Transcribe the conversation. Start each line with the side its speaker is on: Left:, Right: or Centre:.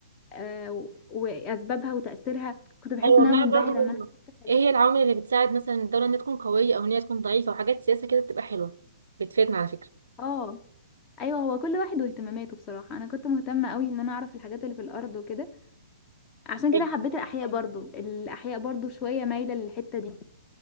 Left: آه، و- واسبابها وتاثيرها كنت بحس
Right: ايوه
Left: ان
Right: بنعرف
Left: انا منبهره
Right: برضو
Left: ان انا عرفت حاجات
Right: ايه هي العوامل اللي بتساعد مثلا الدوله انها تكون قويه او ان هي تكون ضعيفه وحاجات سياسه كده بتبقى حلوه بتفيدنا على فكره
Left: اه ايوه هو كل واحد واهتماماته بصراحه انا كنت مهتمه قوي ان انا اعرف الحاجات اللي في الارض وكده عشان كده
Right: ايوه
Left: حبيت الاحياء برضو الاحياء برضو شويه مايله للحته دي